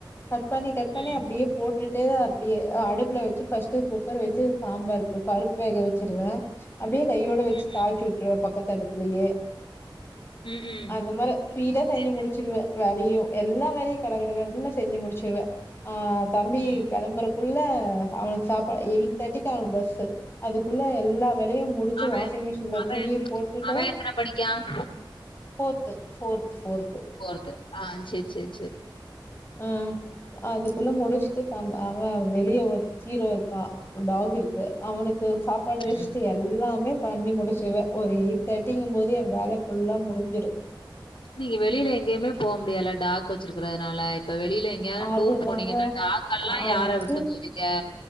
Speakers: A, on the left; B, on the left.
A: கட் பண்ணி கட் பண்ணி
B: ம்.
A: அப்டியே போட்டுட்டு அப்டியே அ அடுப்புல வச்சி ஃபர்ஸ்ட்டு குக்கர் வச்சு சாம்பாருக்கு பருப்பு வேக வச்சுருவ அப்டியே கையோட வச்சு
B: ம்.
A: தாழ்ச்சி உட்டுருவ பக்கத்து அடுப்புலயே
B: ம். ம்.
A: அந்த மாரி பீடா செஞ்சி
B: சரி, சரி.
A: முடிச்சிருவ வேலையு எல்லா வேலையு கட கட கடன் நா செஞ்சு முடிச்சிருவ ஆ தம்பி
B: ம்.
A: கெளம்புற ஃபுல்லா அவனுக்கு சாப்ப எயிட் தேர்ட்டிக்கு அவனுக்கு பஸ்சு அதுக்குள்ள எல்லா வேலையு முடிச்சு
B: அவன்
A: வாஷிங் மிஷின்ல
B: அவன்
A: துணிய போட்டுட்டு
B: அவன் எத்தன படிக்கான்
A: ஃபோர்த்து ஃபோர்த்து ஃபோர்த்து
B: ஃபோர்த்து ஆ சேர் சேர் சேர்
A: ம் அதுக்குள்ள முடிச்சுட்டு த அவன் வெளிய ஒரு சீரோ இருக்கா டாக் இருக்கு அவனுக்கு சாப் சாப்பாடு வச்சுட்டு
B: ம்.
A: எல்லாமே பண்ணி முடிச்சிருவ ஒரு எயிட் தேர்டிங்கும் போது என் வேல ஃபுல்லா முடிஞ்சிடு
B: நீங்க வெளில எங்கேயுமே போ முடியால டாக் வச்சிருக்கறதுனால இப்ப வெளில எங்கியாது
A: அதுதாங்க
B: டூர் போனீங்கனா டாக் எல்லா
A: அது
B: யார விட்டு போவீங்க